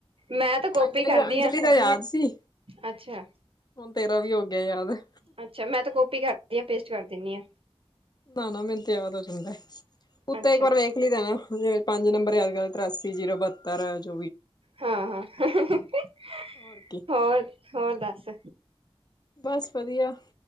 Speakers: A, on the right (about 65°); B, on the left (about 40°).
A: ਮੈਂ ਤਾਂ ਕਾਪੀ
B: ਅੰਜਲੀ
A: ਕਰਦੀ
B: ਦਾ ਅੰਜਲੀ
A: ਹਾਂ
B: ਦਾ ਯਾਦ ਸੀ
A: ਅੱਛਾ
B: ਹੁਣ ਤੇਰਾ ਵੀ ਹੋ ਗਿਆ ਯਾਦ <inaudible>
A: ਅੱਛਾ ਮੈਂ ਤਾਂ ਕਾਪੀ ਕਰਦੀ ਹਾਂ ਪੇਸਟ ਕਰ ਦਿੰਦੀ ਆਂ।
B: ਨਾ- ਨਾ ਮੈਨੂੰ ਤੇ ਯਾਦ ਆ ਜਾਂਦਾ ਉੱਤੇ
A: ਅੱਛਾ
B: ਇੱਕ ਵਾਰ ਵੇਖ। ਤਾਂ ਨਾ ਜ ਪੰਜ ਨੰਬਰ ਆ ਅੱਜੱਲ੍ਹ ਤਰਾਸੀ ਜ਼ੀਰੋ ਬੱਤ ਤਰ <unintelligible>
A: ਹਾਂ- ਹਾਂ <inaudible>
B: ਹੋਰ ਕੀ
A: ਹੋਰ- ਹੋਰ ਦੱਸ।
B: ਬਸ ਵਧੀਆ